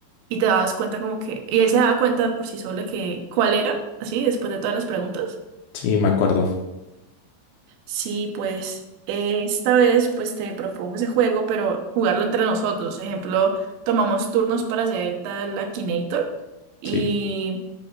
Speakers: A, on the right; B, on the left.
A: y te dabas cuenta como que, y él se daba cuenta por sí solo que cuál era, así, después de todas las preguntas.
B: Sí, me acuerdo.
A: Sí, pues eh, esta vez pues te propongo ese juego, pero jugarlo entre nosotros. Ejemplo, tomamos turnos para hacer el tal Akinator y
B: Sí,